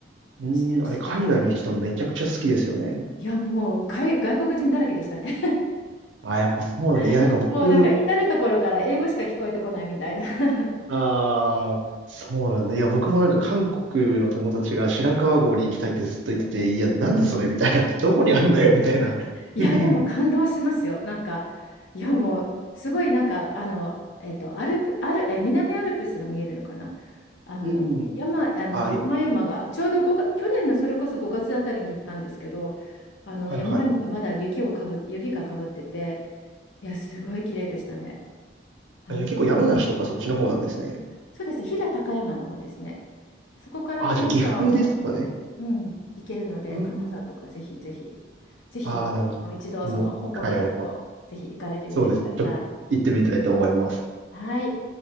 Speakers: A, on the right (about 80°); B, on the left (about 85°).
A: うーん、
B: ししなかなか。
A: あれ、海外の人めちゃくちゃ好きですよね。
B: いや、もう外、外国人だらけでしたね。
A: あ、やっぱそうなんだ。いや、
B: <laughs>
A: なんか僕、
B: もうなんか至る所から英語しか聞こえてこないみたいな。<laughs>
A: ああ、そうなんだ。いや、僕もなんか韓国の友達が白川郷に行きたいってずっと言ってて、いや、なんだそれみたいな。<laughs> どこにあんだよみたいな。
B: いや、
A: <laughs>
B: でも感動しますよ。なんか、いや、もうすごいなんか、あの、えっと、アルプ、アル、え、南アルプスが見えるのかな。あの、
A: うん。
B: 山、あの、
A: あ、
B: 山々が、
A: い
B: ちょうどごが去年のそれこそ5月あたりに行ったんですけど、あの、
A: はいはい。
B: 山々がまだ雪をかぶ、雪がかぶってて、いや、すごい綺麗でしたね。あ、
A: あ、じゃあ結構山梨とかそっちの方なんですね。
B: 武蔵そうですね、飛騨高山の方ですね。そこから金沢も
A: あ、じゃあ岐阜ですかね。
B: うん、行けるので、
A: うん。
B: 金沢とかぜひぜひ、ぜひ、
A: ああ、なるほど。ちょっと僕も、
B: あの一度、その香港の方とぜひ行かれてみてください。
A: 機会あれば。そうですね。ちょっと行ってみたいと思います。
B: はい。